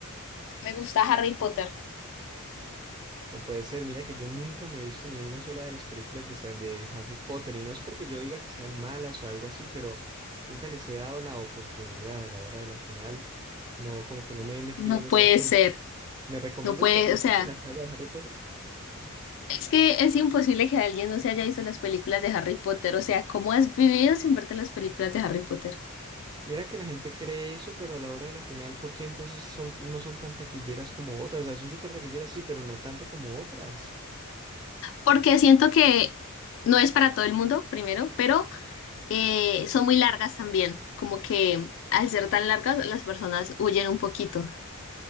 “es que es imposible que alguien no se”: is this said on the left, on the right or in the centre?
Left